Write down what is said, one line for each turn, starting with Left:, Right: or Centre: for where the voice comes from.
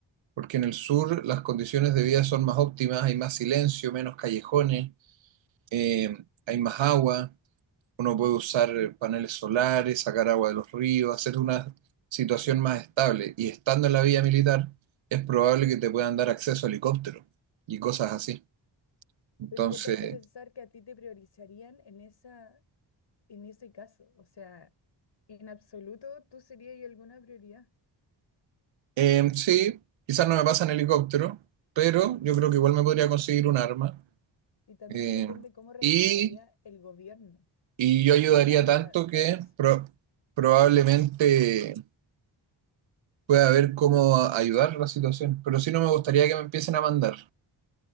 Right: porque en el sur las condiciones de vida son más óptimas, hay más silencio, menos callejones, eh, hay más agua, uno puede usar paneles solares, sacar agua de los ríos, hacer una situación más estable y estando en la vía militar es probable que te puedan dar acceso a helicóptero y cosas así. Entonces,
Left: Pero ¿qué te hace pensar que a ti te priorizarían en esa, en ese caso? O sea, en absoluto tú serías alguna prioridad.
Right: em, sí, quizás no me pasa en helicóptero, pero yo creo que igual me podría conseguir un arma.
Left: Y también
Right: Em,
Left: depende cómo reaccionaría
Right: y,
Left: el gobierno
Right: y yo ayudaría
Left: en cada
Right: tanto que
Left: país.
Right: pro- probablemente pueda ver cómo ayudar la situación. Pero sí no me gustaría que me empiecen a mandar.